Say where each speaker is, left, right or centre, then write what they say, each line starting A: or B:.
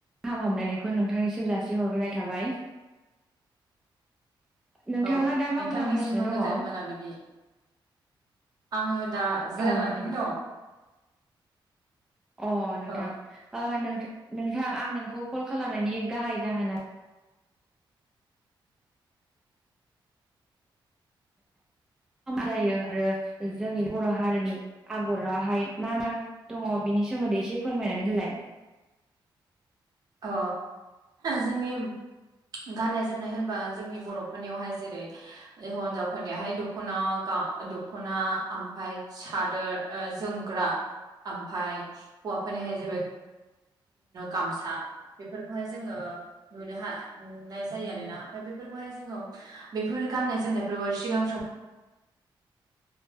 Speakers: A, in the centre; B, on the right (about 50°).
A: गाहाम हामलायनायखौ नोंथांनिसिम जासिहरग्रोनाय थाबाय नोंथाङा
B: औ
A: दा मा
B: नोंथांनिसिमबो
A: खालामगासिनो दङ
B: गोजोन
A: औ
B: मोनाबिलिनि आङो दा जिरायनानैनो
A: औ नोंथां अ नोंथां
B: दङ
A: ओ नों थां नोंथां आं नोंखौ कल खालामनायनि गाहाय जाहोना जायो आरो जोंनि बर' हारिनि आगरावहाय मा मा दङ बिनि नि सोमोनदै एसे फोरमायनानै होलाय
B: अ जोंनि गाननाय जोमनाय होनबा जोंनि बर'फोरनियावहाय जेरै हिनजावफोरनियावहाय दख'ना दख'ना ओमफ्राय सादोर ऐ जोमग्रा ओमफ्राय हौवाफोरनियाहाय जाबाय गामसा बेफोरखौहाय जोङो नुनो हा नुनाय जायो आरोना ओमफ्राय बेफोरखौहाय जोङो बेफोर गाननाय जोमनायफोरावहाय सिगां सम